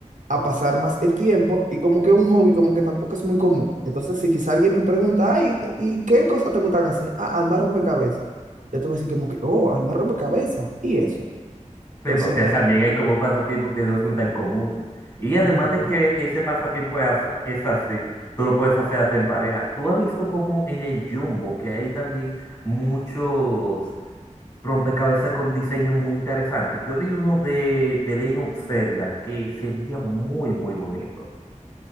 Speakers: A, on the right; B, on the left.
A: a pasar más el tiempo y como que un hobby como que tampoco es muy común. Entonces si quizá alguien me pregunta, ay, ¿y qué cosas te gustan hacer? Ah, armar rompecabezas. Ya te voy a decir como que, oh, armar rompecabezas. Y eso.
B: Sí,
A: Entonces,
B: porque también hay como pasatiempos que no son tan comunes. Y además
A: No.
B: de que ese pasatiempo es, as- es así, tú lo puedes hacer hasta en pareja. ¿Tú has visto como en el Jumbo que hay también muchos rompecabezas con diseños muy interesantes? Yo vi uno de, de Legend of Zelda que se veía muy, muy bonito.